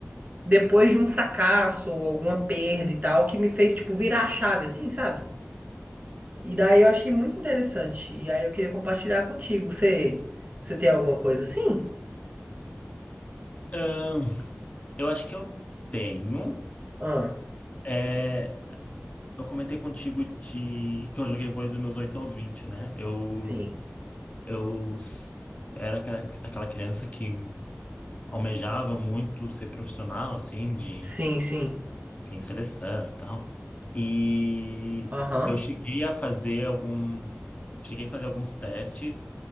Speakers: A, on the right; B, on the left.
A: depois de um fracasso ou alguma perda e tal, que me fez, tipo, virar a chave, assim, sabe? E daí eu achei muito interessante. E aí eu queria compartilhar contigo. Você, você tem alguma coisa assim?
B: Ahn, eu acho que eu tenho.
A: Ah,
B: é, eu comentei contigo de, que eu joguei vôlei dos meus 8 aos 20, né? Eu,
A: sim.
B: eu s- era aquela, aquela criança que almejava muito ser profissional, assim, de,
A: Sim, sim.
B: enfim, seleção e tal. E
A: Aham.
B: eu cheguei a fazer algum, cheguei a fazer alguns testes